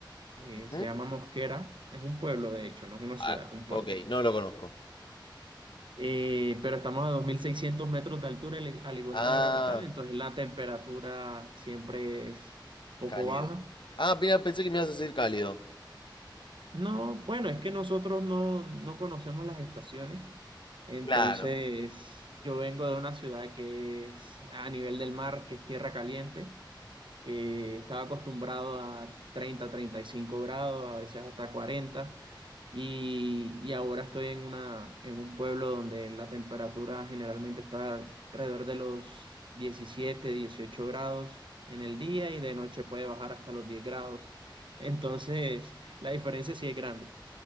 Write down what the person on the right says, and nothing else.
eh,
se llama Mosquera, es un pueblo de hecho, no es una ciudad,
es un pueblo.
Eh, pero estamos a 2600 metros de altura, al al igual
que la capital, entonces la temperatura siempre es poco
baja.
No, bueno, es que nosotros no, no conocemos las estaciones, entonces
yo vengo de una ciudad que es a nivel del mar, que es tierra caliente, que estaba acostumbrado a 30, 35 grados, a veces hasta 40, y, y ahora estoy en una, en un pueblo donde la temperatura generalmente está alrededor de los 17, 18 grados en el día y de noche puede bajar hasta los 10 grados. Entonces, la diferencia sí es grande.